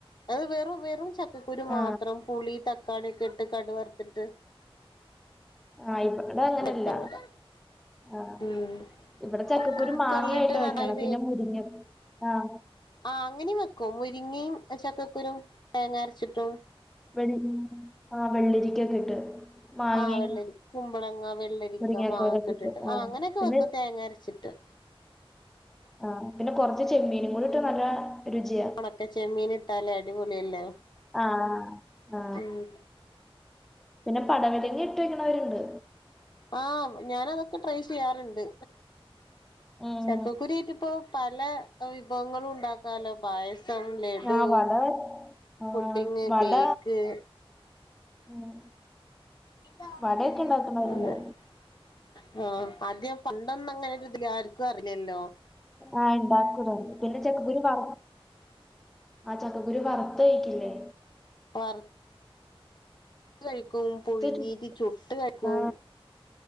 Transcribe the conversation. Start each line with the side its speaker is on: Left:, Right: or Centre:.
Left: അത് വെറും വെറും ചക്കകുരു
Centre: ആ
Left: മാത്രം പുളി തക് കാളിയൊക്കെ ഇട്ട് കടു വറുത്തിട്ട്
Centre: ഹ ഇവടെ അങ്ങനെയല്ല
Left: വെക്കാ ഇവിടെ
Centre: ആഹ
Left: ഉം
Centre: ഇവിടെ ചക്കക്കുരു
Left: കുക്കറിലിട്ട്
Centre: മാങ്ങായിട്ട് വയ്ക്കണം
Left: നന്നായി
Centre: പിന്നെ മുരിങ്ങിം ആഹ
Left: ആഹ അങ്ങനെ വെക്കും മുരിങ്ങയും ചക്കക്കുരും തേങ്ങ അരച്ചിട്ടും
Centre: വെൾ ആ വെള്ളിരിക്കൊക്കെ ഇട്ട് മാങ്ങയും
Left: ആഹ വെള്ളരി കുമ്പളങ്ങ വെള്ളരിക്ക
Centre: മുരിങ്ങക്കോലൊക്കെ
Left: മാങ്ങൊക്കെ ഇട്ടിട്ട്
Centre: ഇട്ട്
Left: ആ അങ്ങനൊക്കെ
Centre: പിന്നെ
Left: വെക്കും തേങ്ങ അരച്ചിട്ട്. <inaudible>
Centre: ആ പിന്നെ കുറച്ച് ചെമ്മീനും കൂടിട്ട് നല്ല രുചിയാ
Left: മറ്റെ ചെമ്മീൻ ഇട്ടാലേ അടിപൊളിയല്ലേ?
Centre: ആ ആ
Left: ഉം
Centre: പിന്നെ പടവലങ്ങ ഇട്ട് വെക്കണവരുണ്ട്.
Left: ആ ഞാനതൊക്കെ ട്രൈയ്യ് ചെയ്യാറുണ്ട്.
Centre: മ്
Left: ചക്കക്കുരുയിട്ട് ഇപ്പോ പല വിഭവങ്ങളും ഉണ്ടാക്കാലോ പായ സം ലഡു,
Centre: ആ വട ആ
Left: പുഡിങ്,
Centre: വട
Left: കേക്ക്
Centre: ഉം
Left: <unintelligible>
Centre: വടയൊക്കെ ഉണ്ടാക്കണവരുണ്ട്
Left: ആ ആദ്യം പണ്ടൊന്ന അങ്ങനൊ ഒരു ഇതില് ആർക്കും അറില്ലല്ലോ
Centre: ആ ഇണ്ടാക്കൂലെ പിന്നെ ചക്കകുരു വറ ആ ചക്കക്കുരു വറുത്ത് കൈക്കൂലേ?
Left: വർ കഴിക്കും പുഴുങ്ങീട്ട്
Centre: ത്ത് ചു
Left: ചുട്ട് കഴിക്കും.
Centre: ആ